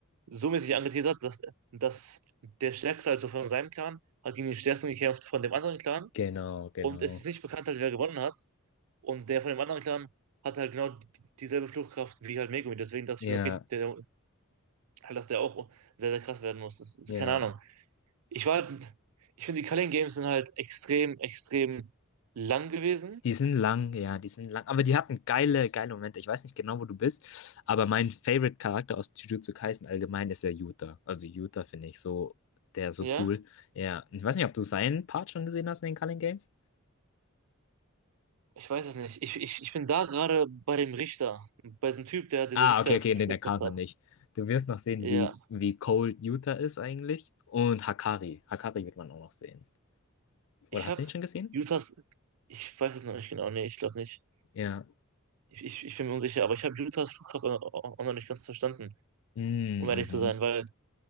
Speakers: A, on the right (about 80°); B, on the left (about 60°).
A: so mäßig angeteasert, dass, dass der Stärkste also von seinem Clan hat gegen den Stärksten gekämpft von dem anderen Clan
B: Genau, genau.
A: und es ist nicht bekannt halt, wer gewonnen hat und der von dem anderen Clan hat halt genau die- dieselbe Fluchtkraft wie halt Megumi, deswegen dachte
B: Ja,
A: ich mir, okay, der, halt, dass der auch sehr, sehr krass werden muss, das,
B: ja.
A: keine Ahnung. Ich war halt, ich finde die Culling Games sind halt extrem, extrem lang gewesen,
B: Die sind lang, ja, die sind lang. Aber die hatten geile, geile Momente. Ich weiß nicht genau, wo du bist, aber mein Favorite-Charakter aus Jujutsu Kaisen allgemein ist ja Yuta. Also Yuta finde ich so, der ist so
A: ja,
B: cool. Ja, ich weiß nicht, ob du seinen Part schon gesehen hast in den Culling Games.
A: Ich weiß es nicht. Ich, ich, ich bin da gerade bei dem Richter, bei diesem Typ, der diese
B: Ah,
A: Richterflugkraft
B: okay, okay, nee, der kam
A: hat.
B: noch nicht. Du wirst noch sehen,
A: Ja,
B: wie, wie cold Yuta ist eigentlich. Und Hakari. Hakari wird man auch noch sehen. Oder
A: ich
B: hast
A: habe
B: du ihn schon gesehen?
A: Utahs, ich weiß es noch nicht genau, nee, ich glaube nicht.
B: Ja.
A: Ich, ich, ich bin mir unsicher, aber ich habe Utahs Flugkraft auch, auch noch nicht ganz verstanden,
B: Mm,
A: um ehrlich
B: Mhm.
A: zu sein, weil